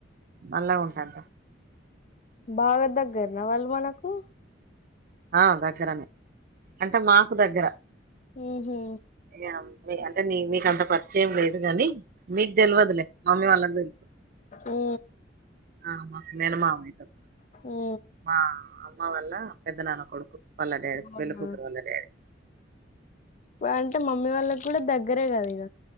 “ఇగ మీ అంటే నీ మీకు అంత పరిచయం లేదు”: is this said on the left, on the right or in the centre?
Right